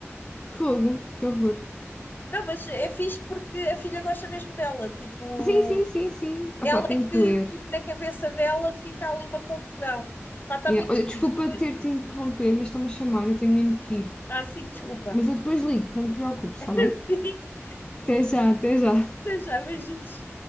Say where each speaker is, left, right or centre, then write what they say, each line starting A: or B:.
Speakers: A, on the left; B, on the left.
A: Fogo, que horror.
B: Não, mas é fixe porque a filha gosta mesmo dela. Tipo,
A: Sim, sim, sim, sim. Ah
B: ela
A: pá, tenho
B: é que,
A: que ler.
B: tipo, na cabeça dela fica ali uma confusão. Pá, está
A: Yeah.
B: muito
A: Olha,
B: fixe
A: desculpa
B: mesmo.
A: ter-te interromper, mas estão-me a chamar, eu tenho mesmo que ir.
B: Ah, sim, desculpa.
A: Mas eu depois ligo, não te preocupes, está
B: <laughs>
A: bem?
B: Sim.
A: Até já, até já.
B: Até já, beijinhos.